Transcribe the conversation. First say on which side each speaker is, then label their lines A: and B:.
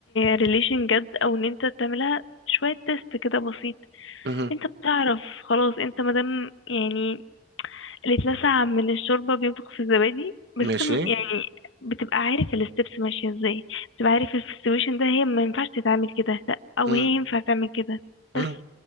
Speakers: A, on the left (about 85°); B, on the right (about 60°).
A: ريليشن جد او ان انت تعملها شوية تيست كده بسيط
B: مهم.
A: انت بتعرف خلاص انت مادام يعني اللي اتلسع من الشوربة بينفخ في الزبادي بس
B: ماشي
A: م- يعني بتبقى عارف الستبس ماشية ازاي بتبقى عارف ال- في السيتويشن ده هي ما ينفعش تتعامل كده لا او
B: مم.
A: هي ينفع تعمل كده
B: مم.
A: بس